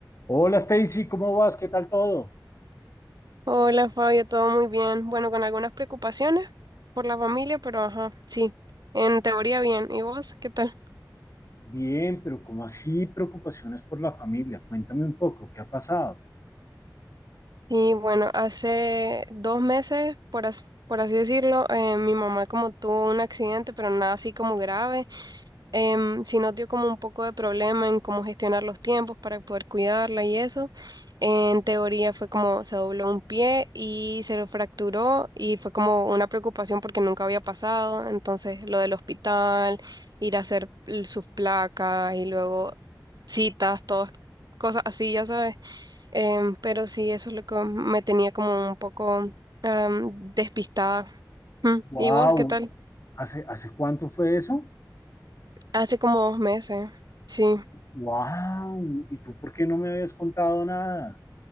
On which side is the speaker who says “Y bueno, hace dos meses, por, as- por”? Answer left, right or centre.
Right